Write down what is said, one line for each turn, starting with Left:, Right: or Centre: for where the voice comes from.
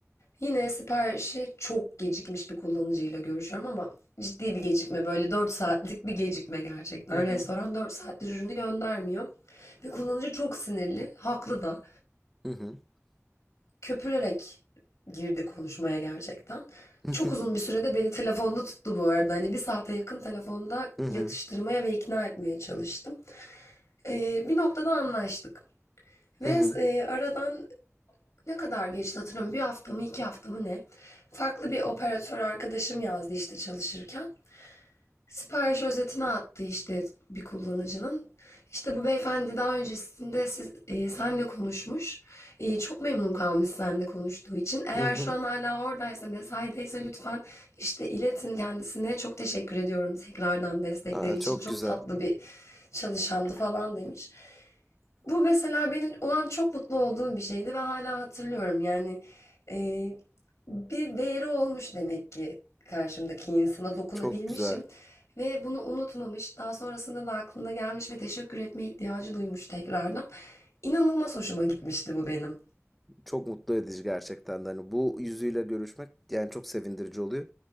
Left: Yine siparişi çok gecikmiş bir kullanıcıyla görüşüyorum ama ciddi bir gecikme böyle 4 saatlik bir gecikme gerçekten.
Centre: Hı hı,
Left: Restoran 4 saattir ürünü göndermiyor ve kullanıcı çok sinirli, haklı da.
Centre: hı hı,
Left: Köpürerek girdi konuşmaya gerçekten.
Centre: <laughs>
Left: Çok uzun bir sürede beni telefonda tuttu bu arada. Hani bir saate yakın telefonda
Centre: hı hı,
Left: yatıştırmaya ve ikna etmeye çalıştım. Ee, bir noktada anlaştık.
Centre: hı
Left: Ve
Centre: hı,
Left: e, aradan ne kadar geçti hatırlamıyorum. Bir hafta mı iki hafta mı ne? Farklı bir operatör arkadaşım yazdı işte çalışırken. Sipariş özetini attı işte bir kullanıcının. İşte bu beyefendi daha öncesinde siz, e, senle konuşmuş. E, çok memnun kalmış senle konuştuğu için. Eğer
Centre: hı hı.
Left: şu
Centre: hı.
Left: an hala oradaysa, mesaideyse lütfen işte iletin kendisine. Çok teşekkür ediyorum tekrardan destekleri
Centre: Aa,
Left: için.
Centre: çok
Left: Çok
Centre: güzel.
Left: tatlı bir çalışandı falan demiş. Bu mesela benim o an çok mutlu olduğum bir şeydi ve hala hatırlıyorum. Yani e, bir değeri olmuş demek ki karşımdaki insana dokunabilmişim
Centre: Çok güzel.
Left: ve bunu unutmamış. Daha sonrasında da aklına gelmiş ve teşekkür etme ihtiyacı duymuş tekrardan. İnanılmaz hoşuma gitmişti bu benim.
Centre: Çok mutlu edici gerçekten de. Hani bu yüzüyle görüşmek yani çok sevindirici oluyor.